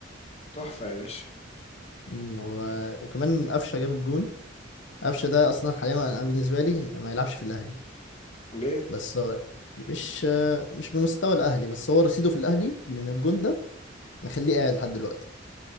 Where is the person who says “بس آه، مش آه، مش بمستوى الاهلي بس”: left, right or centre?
Left